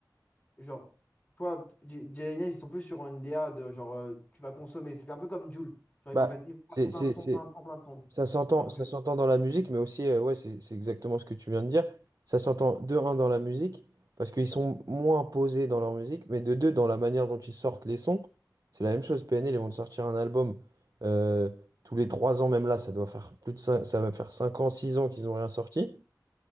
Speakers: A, on the left; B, on the right.
A: Genre, toi, J- Jay ils sont plus sur une DA de genre, euh, tu vas consommer. C'est un peu comme Jul. Genre, ils
B: Bah,
A: vont faire, ils vont
B: c'est,
A: faire plein
B: c'est,
A: de sons,
B: c'est-
A: plein, plein, plein de sons.
B: Ça s'entend,
A: Alors
B: ça
A: que,
B: s'entend dans la musique, mais aussi, euh, ouais, c'est c'est exactement ce que tu viens de dire. Ça s'entend de un dans la musique, parce qu'ils sont moins posés dans leur musique, mais de deux dans la manière dont ils sortent les sons. C'est la même chose. PNL, ils vont te sortir un album euh, tous les trois ans, même là, ça doit faire plus de cinq, ça va faire cinq ans, six ans qu'ils n'ont rien sorti.